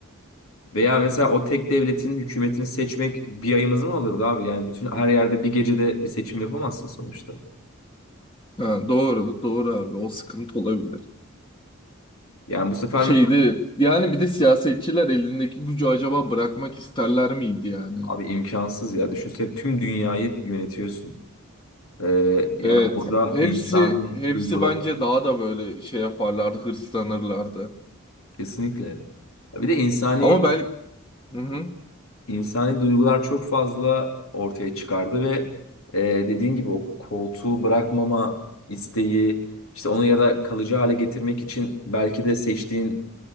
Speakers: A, on the left (about 90°); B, on the left (about 25°).
A: Veya mesela o tek devletin hükümetini seçmek bir ayımızı mı alırdı abi? Yani bütün her yerde bir gecede bir seçim yapamazsın sonuçta.
B: Ha, doğru, doğru abi. O sıkıntı olabilir.
A: Yani bu sefer
B: Şeydi
A: mesela
B: yani bir de siyasetçiler elindeki gücü acaba bırakmak isterler miydi yani?
A: abi imkansız ya. Düşünsene tüm dünyayı yönetiyorsun. Ee, yani
B: Evet.
A: burada
B: Hepsi
A: insani
B: hepsi
A: duygular
B: bence daha da böyle şey yaparlardı, hırslanırlardı.
A: kesinlikle. Ya Bir de insani
B: Ama ben Hı hı.
A: İnsani duygular çok fazla ortaya çıkardı ve e, dediğin gibi o koltuğu bırakmama isteği işte onu ya da kalıcı hale getirmek için belki de seçtiğin